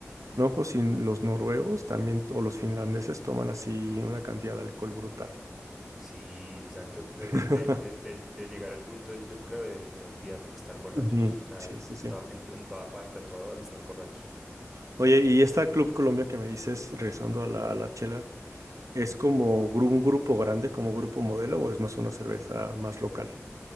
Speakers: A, on the right; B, in the centre.
A: no me acuerdo si los noruegos también, o los finlandeses toman así una cantidad de alcohol brutal.
B: Sí, exacto. te-
A: <laughs>
B: Es de, de, de- de llegar al punto, yo creo, de todo el día estar borrachos.
A: Ujú,
B: O sea,
A: Sí, sí,
B: en
A: sí.
B: toda, en, en toda parte, a toda hora estar borrachos.
A: Oye, y esta Club Colombia que me dices, regresando a la, a la chela, ¿es como gru- un grupo grande, como grupo modelo, o es más una cerveza más local?